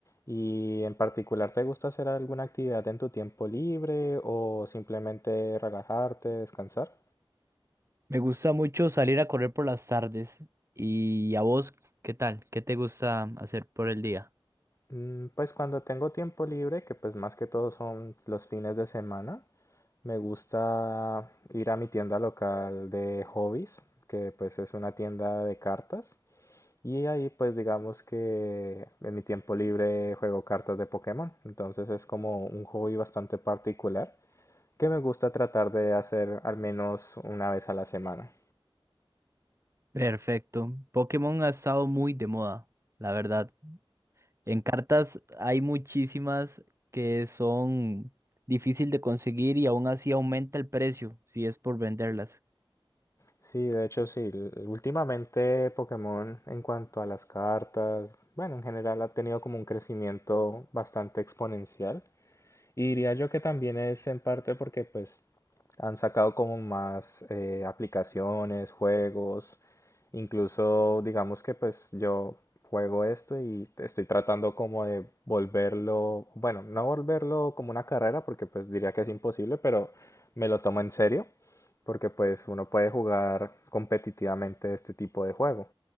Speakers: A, on the left; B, on the right.
A: ¿Y en particular te gusta hacer alguna actividad en tu tiempo libre o simplemente relajarte, descansar?
B: Me gusta mucho salir a correr por las tardes. ¿Y a vos qué tal? ¿Qué te gusta hacer por el día?
A: Mm, Pues cuando tengo tiempo libre, que pues más que todo son los fines de semana, Me gusta ir a mi tienda local de hobbies, que pues es una tienda de cartas. Y ahí pues digamos que en mi tiempo libre juego cartas de Pokémon. Entonces es como un hobby bastante particular que me gusta tratar de hacer al menos una vez a la semana.
B: Perfecto. Pokémon ha estado muy de moda, la verdad. En cartas hay muchísimas que son difícil de conseguir y aún así aumenta el precio si es por venderlas.
A: Sí, de hecho sí. l- Últimamente Pokémon en cuanto a las cartas, bueno, en general ha tenido como un crecimiento bastante exponencial. Y diría yo que también es en parte porque pues han sacado como más eh, aplicaciones, juegos, incluso digamos que pues yo juego esto y estoy tratando como de volverlo, bueno, no volverlo como una carrera porque pues diría que es imposible, pero me lo tomo en serio porque pues uno puede jugar competitivamente este tipo de juego.